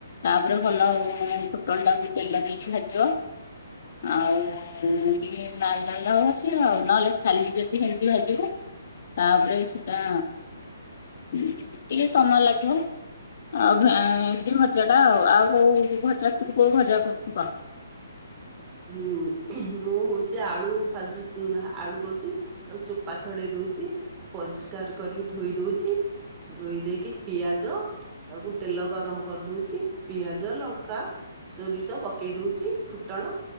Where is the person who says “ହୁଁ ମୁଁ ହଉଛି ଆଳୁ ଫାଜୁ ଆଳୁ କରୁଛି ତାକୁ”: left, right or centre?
Right